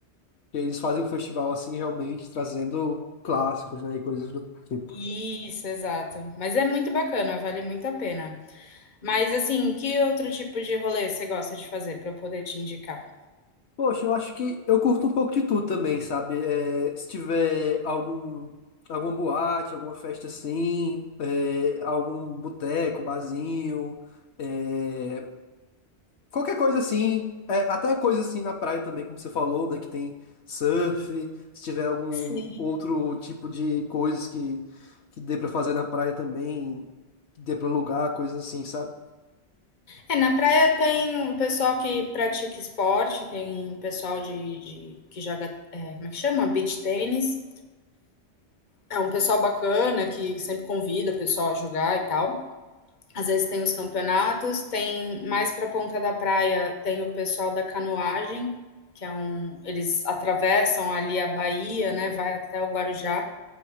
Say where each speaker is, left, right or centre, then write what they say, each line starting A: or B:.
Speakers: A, on the left; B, on the left.
A: Que eles fazem um festival, assim, realmente trazendo clássicos, né, e coisas do tipo.
B: Isso, exato. Mas é muito bacana, vale muito a pena. Mas assim, que outro tipo de rolê você gosta de fazer para eu poder te indicar?
A: Poxa, eu acho que eu curto um pouco de tudo também, sabe? É, se tiver algum, alguma boate, alguma festa assim, é, algum boteco, barzinho, é, qualquer coisa assim, é, até coisa assim na praia também, como você falou, né? Que tem surf, se tiver algum
B: Sim.
A: outro tipo de coisas que, que dê pra fazer na praia também, que dê pra alugar, coisas assim, sabe?
B: É, na praia tem o pessoal que pratica esporte, tem pessoal de, de- que joga, é, como é que chama? Beach tênis. É um pessoal bacana que sempre convida o pessoal a jogar e tal. Às vezes tem os campeonatos, tem mais para a ponta da praia, tem o pessoal da canoagem, que é um, eles atravessam ali a Bahia, né, vai até o Guarujá,